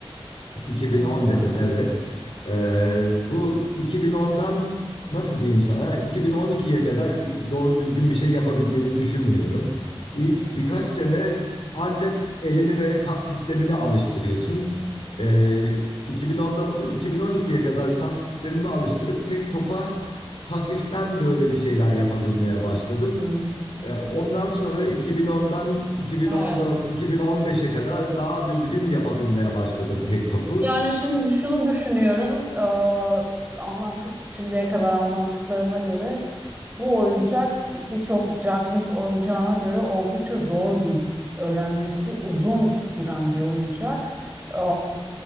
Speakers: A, on the left; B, on the right.
A: 2010
B: Evet
A: dedim
B: tamam.
A: evet. Ee, bu 2010'dan nasıl diyeyim sana 2012'ye kadar doğru düzgün bir şey yapabildiğimi düşünmüyorum. İlk birkaç sene ancak elini ve kas sistemini alıştırıyorsun. Ee, 2010'dan o 2012'ye kadar kas sistemimi alıştırıp tek topa hafiften böyle bir şeyler yapabilmeye başladım.
B: Hmm.
A: E, Ondan sonra 2010'dan 2014,
B: Evet.
A: 2015'e kadar daha düzgün yapabilmeye başladım tek topu.
B: Yani şimdi şunu düşünüyorum. eee, anlattık şimdiye kadar anlattıklarına göre bu oyuncak birçok juggling oyuncağına göre oldukça zor bir öğrenmesi uzun süren bir oyuncak. Eee,